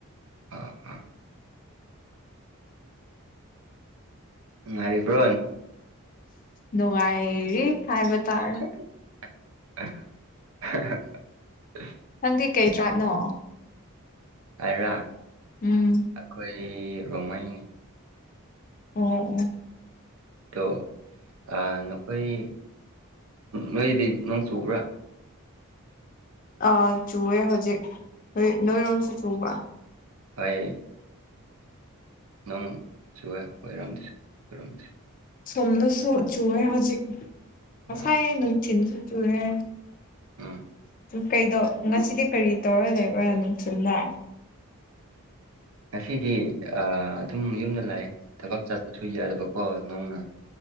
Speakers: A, on the right; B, on the left.
A: ꯑ ꯑ ꯅꯨꯡꯉꯥꯏꯔꯤꯕ꯭ꯔꯣ
B: ꯅꯨꯡꯉꯥꯏꯔꯤ ꯍꯥꯏꯕ ꯇꯥꯔꯦ
A: <inaudible>
B: ꯅꯪꯗꯤ ꯀꯩ ꯇ꯭ꯔꯥꯞꯅꯣ
A: ꯑꯩꯔ
B: ꯎꯝ
A: ꯑꯩꯈꯣꯏꯒꯤ ꯔꯣꯡꯃꯩꯅꯦ
B: ꯎꯝ ꯎꯝ
A: ꯑꯗꯣ ꯑꯥ ꯅꯈꯣꯏ ꯅꯣꯏꯗꯤ ꯅꯣꯡ ꯆꯨꯕ꯭ꯔꯥ
B: ꯑ ꯆꯨꯑꯦ ꯍꯧꯖꯤꯛ ꯅꯣꯏꯔꯣꯝꯁꯨ ꯆꯨꯕ꯭ꯔ
A: ꯍꯣꯏ ꯅꯣꯡ ꯆꯨꯑꯦ ꯑꯈꯣꯏꯔꯣꯝꯗꯁꯨ ꯑꯣꯏꯔꯝꯗꯁꯨ
B: ꯁꯣꯝꯗꯁꯨ ꯆꯨꯑꯦ ꯍꯧꯖꯤꯛ ꯉꯁꯥꯏ
A: ꯑꯥ
B: ꯅꯨꯡꯊꯤꯟꯁꯨ ꯆꯨꯨꯔꯦ
A: ꯎꯝ
B: ꯀꯩꯗꯧ ꯉꯁꯤꯗꯤ ꯀꯔꯤ ꯇꯧꯔ ꯂꯩꯕꯔ ꯅꯨꯡꯊꯤꯜꯗ
A: ꯉꯁꯤꯗꯤ ꯑꯥ ꯑꯗꯨꯝ ꯌꯨꯝꯗ ꯂꯥꯛꯑꯦ ꯊꯕꯛ ꯆꯠꯄꯁꯨ ꯌꯥꯗꯕꯀꯣ ꯅꯣꯡꯅ